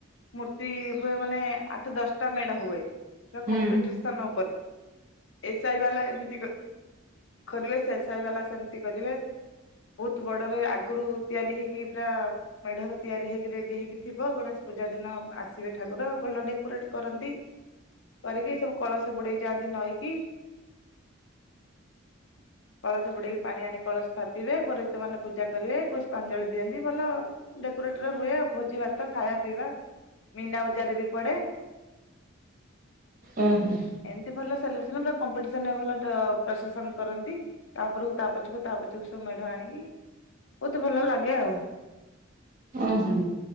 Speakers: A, on the left; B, on the right.
A: ମୂର୍ତ୍ତି ହୁଏ ମାନେ ଆଠ ଦଶଟା ମେଢ ହୁଏ। ସେ
B: ହୁଁ
A: କମ୍ପିଟିସନ ହବ। ଏ ସାଇ ବାଲା ଏମିତି କ କରିବେ ସେ ସାଇ ବାଲା ସେମିତି କରିବେ। ବହୁତ ବଡରେ ଆଗରୁ ତିଆରି ହେଇକି ପ୍ରା ମେଢରେ ତିଆରି ହେଇକି ରେଡି ହେଇକି ଥିବ, ଗଣେଶ ପୂଜା ଦିନ ଆସିବେ ଠାକୁର ଭଲ ଡେକୋରେଟ୍ କରନ୍ତି। କରିକି ସବୁ କଳସ ବୁଡେଇ ଯାଆନ୍ତି ନଈକି। କଳସ ବୁଡେଇ ପାଣି ଆଣି କଳସ ଥାପିବେ, ପୁରୋହିତ ମାନେ ପୂଜା କରିବେ, ପୁଷ୍ପାଞ୍ଜଳି ଦିଅନ୍ତି। ଭଲ ଡେକୋରେଟ ରେ ହୁଏ ଭୋଜି ଭାତ ଖାଇବା ପିଇବା, ମିନା ବଜାର ବି ପଡେ।
B: ଓ ହଁ।
A: ଏମତି ଭଲ ସେଲିବ୍ରେସନ୍ ପୁରା କମ୍ପିଟିସନ ଭଲ ଟା ପ୍ରଶେସନ୍ କରନ୍ତି। ତା ପୁରୁ ତାପଛକୁ ତାପଛକୁ ସବୁ ମେଢ ଆଣିକି ବହୁତ ଭଲ ଲାଗେ ଆଉ।
B: ଓହୋ।